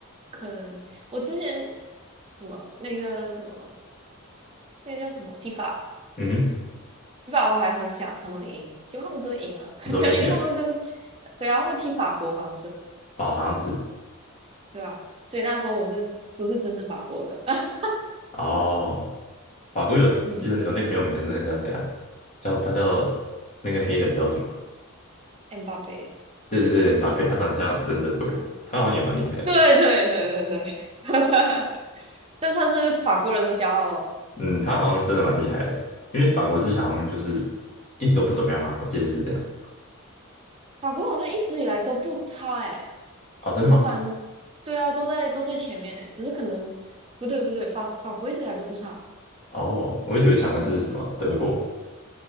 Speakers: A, on the right; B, on the left.
A: 可能我之前什么那个什么那个叫什么 FIFA，FIFA
B: 嗯哼，
A: 我还很想他们赢，结果他们真的赢了，<laughs>
B: 你说梅西哦？
A: 因为他们跟对啊，他们踢法国嘛，不是
B: 哦，好像是。
A: 对吧？所以那时候我是不是支持法国的？<laughs>
B: 哦，法国有有有那个很有名的那个人叫谁啊？
A: 嗯
B: 叫他叫那个黑人叫什么啊？
A: ，m 巴 a
B: 对对对，姆巴佩，他长得像忍者龟，
A: 嗯。
B: 他好像也蛮厉害的。
A: <laughs> 对对对对对，<laughs> 但是他是法国人的骄傲哦。
B: 嗯，他好像真的蛮厉害的，因为法国之前好像就是一直都不怎么样嘛，我记得是这样。
A: 法国好像一直以来都不差诶，
B: 哦，真的吗？
A: 都蛮，对啊，都在都在前面，只是可能不对不对，法法国一直以来都不差，
B: 哦，我一直以为强的是什么德国。
A: 嗯，